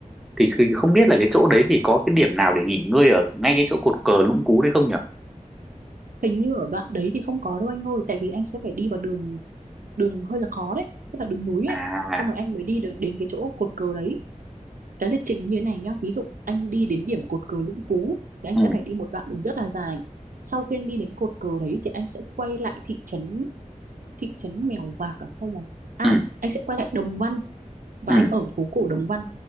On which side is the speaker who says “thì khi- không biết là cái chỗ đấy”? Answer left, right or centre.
Centre